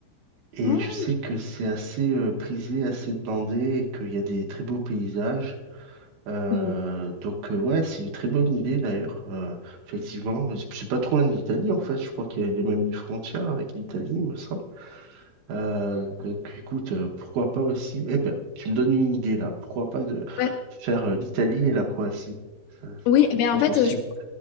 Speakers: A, on the right (about 75°); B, on the left (about 80°).
A: Et
B: Ah,
A: je sais que c'est assez euh, prisé, assez demandé et qu'il y a des très beaux paysages. Euh,
B: ok.
A: donc euh, ouais, c'est une très bonne idée d'ailleurs. Euh, effectivement, je je sais pas trop en Italie en fait. Je crois qu'il y a il y a même une frontière avec l'Italie, il me semble. Euh, donc écoute, euh, pourquoi pas aussi. Eh ben, tu me donnes une idée là. Pourquoi pas de
B: Ouais.
A: faire euh, l'Italie et la Croatie? Ça-
B: Oui, ben
A: Qu'en
B: en fait,
A: penses-tu?
B: je